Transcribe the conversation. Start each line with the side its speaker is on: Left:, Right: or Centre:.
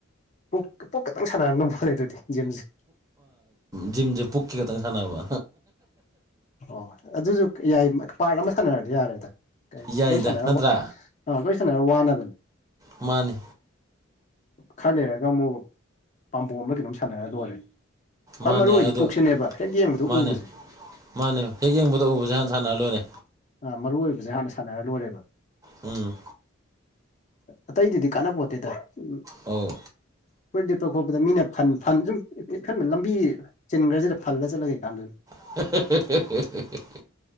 Left: ꯄꯨꯛ ꯄꯨꯛꯈꯛꯇꯪ ꯁꯥꯟꯅꯔꯝꯗꯣ ꯃꯥꯜꯂꯦ ꯑꯗꯨꯗꯤ ꯖꯤꯝꯁꯦ
Right: ꯖꯤꯝꯁꯦ ꯄꯨꯛꯀꯤ ꯈꯇꯪ ꯁꯥꯟꯅꯕ
Left: ꯑꯣ ꯑꯗꯨꯁꯨ ꯌꯥꯏ ꯄꯥꯔꯠ ꯑꯃ ꯁꯥꯟꯅꯔꯗꯤ ꯌꯥꯔꯦꯗ
Right: ꯌꯥꯏꯗ
Left: ꯂꯣꯏꯁꯥꯟꯅꯔ
Right: ꯅꯠꯇ꯭ꯔꯥ
Left: ꯑꯥ ꯂꯣꯏꯁꯥꯅꯔ ꯋꯥꯅꯕꯅꯤ
Right: ꯃꯥꯅꯤ
Left: ꯈꯔ ꯂꯩꯔꯒ ꯑꯃꯨꯛ ꯄꯥꯝꯕꯣꯝꯂ ꯀꯩꯅꯣꯝ ꯁꯥꯟꯅꯔ ꯂꯣꯏꯔꯦ ꯈꯋꯥꯏ
Right: ꯃꯥꯅꯦ
Left: ꯃꯔꯨ ꯑꯣꯏꯗꯤ
Right: ꯑꯗꯣ
Left: ꯄꯨꯛꯁꯤꯅꯦꯕ ꯍꯦꯛ ꯌꯦꯡꯕꯗꯣ
Right: ꯃꯥꯅꯦ
Left: ꯎꯕꯁꯦ
Right: ꯃꯥꯅꯦ ꯍꯦꯛ ꯌꯦꯡꯕꯗ ꯎꯕꯁꯦ ꯍꯥꯟꯅ ꯁꯥꯟꯅꯔ ꯂꯣꯏꯔꯦ
Left: ꯑ ꯃꯔꯨ ꯑꯣꯏꯕꯁꯦ ꯍꯥꯟꯅ ꯁꯥꯟꯅꯔ ꯂꯣꯏꯔꯦꯕ
Right: ꯎꯝ
Left: ꯑꯇꯩꯗꯨꯗꯤ ꯀꯥꯟꯅꯕ ꯄꯣꯠꯇꯦꯗ ꯁꯨꯝ
Right: ꯑꯧ
Left: ꯐꯨꯔꯤꯠ ꯂꯤꯠꯄꯥ ꯈꯣꯠꯄꯗ ꯃꯤꯅ ꯐꯟ ꯐꯟ ꯁꯨꯝ ꯄꯤꯛꯊꯟꯅ ꯂꯝꯕꯤ ꯆꯤꯟꯈ꯭ꯔꯁꯤꯗ ꯐꯜꯂ ꯆꯠꯂꯒ ꯀꯩ ꯀꯥꯟꯅꯗꯣꯏꯅꯣ
Right: <unintelligible>